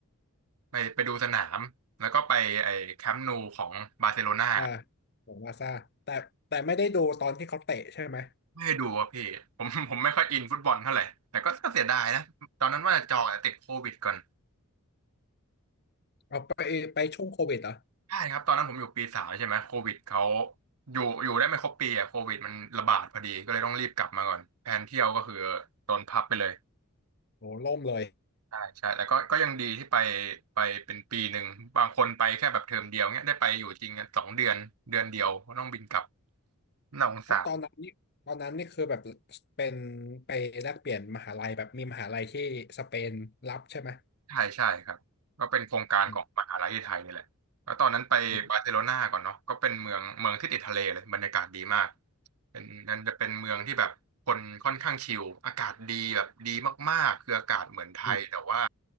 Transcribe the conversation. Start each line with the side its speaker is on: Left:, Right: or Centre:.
Right: ไปไปดูสนามแล้วก็ไปไอ้แคมป์นูของบาร์เซโลนา
Left: อ่าของบาร์ซ่าแต่แต่ไม่ได้ดูตอนที่เขาเตะใช่ไหม
Right: ไม่ได้ดูอะพี่ผมผมไม่ค่อยอินฟุตบอลเท่าไหร่แต่ก็ก็เสียดายนะตอนนั้นว่าจะจองแต่ติดโควิดก่อน
Left: เอาไปไปช่วงโควิดเหรอ
Right: ใช่ครับตอนนั้นผมอยู่ปีสามใช่ไหมโควิดเขาอยู่อยู่ได้ไม่ครบปีอ่ะโควิดมันระบาดพอดีก็เลยต้องรีบกลับมาก่อนแผนเที่ยวก็คือโดนพับไปเลย
Left: โหล่มเลย
Right: ใช่ใช่แต่ก็ก็ยังดีที่ไปไปเป็นปีหนึ่งบางคนไปแค่แบบเทอมเดียวเนี้ยได้ไปอยู่จริงอะสองเดือนเดือนเดียวก็ต้องบินกลับน่าสงสาร
Left: เพราะตอนนั้นนี่ตอนนั้นนี่คือแบบเป็นไปแลกเปลี่ยนมหาลัยแบบมีมหาลัยที่สเปนรับใช่ไหม
Right: ใช่ใช่ครับก็เป็นโครงการของมหาลัยที่ไทยนี่แหละแล้วตอนนั้นไปบาร์เซโลนาก่อนเนาะก็เป็นเมืองเมืองที่ติดทะเลเลยบรรยากาศดีมาก
Left: อืมอ
Right: เป็นนั่นจะเป็นเมืองที่แบบคนค่อนข้างชิลอากาศดีแบบดีมากๆคืออากาศเหมือนไทยแต่ว่า
Left: ืม